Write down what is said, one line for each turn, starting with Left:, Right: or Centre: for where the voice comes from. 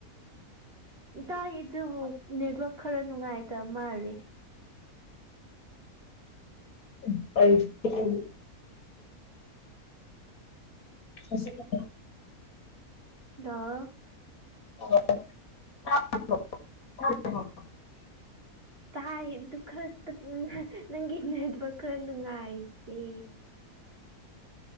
Right: ꯇꯥꯏ ꯑꯗꯨꯕꯨ ꯅꯦꯠꯋꯛ ꯈꯔ ꯅꯨꯡꯉꯥꯏꯇꯕ ꯃꯥꯜꯂꯦ
Left: <inaudible> <inaudible>
Right: ꯂꯣ
Left: <inaudible>
Right: ꯇꯥꯏ ꯑꯗꯨ ꯈꯔ ꯇꯠꯂꯦ ꯅꯪꯒꯤ ꯅꯦꯠꯋꯥꯛ ꯈꯔ ꯅꯨꯡꯉꯥꯏꯇꯦ